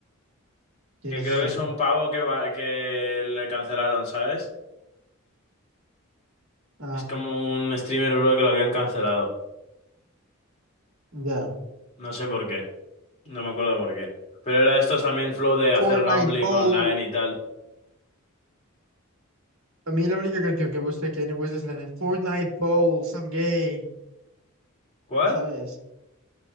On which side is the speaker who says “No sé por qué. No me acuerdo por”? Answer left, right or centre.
Left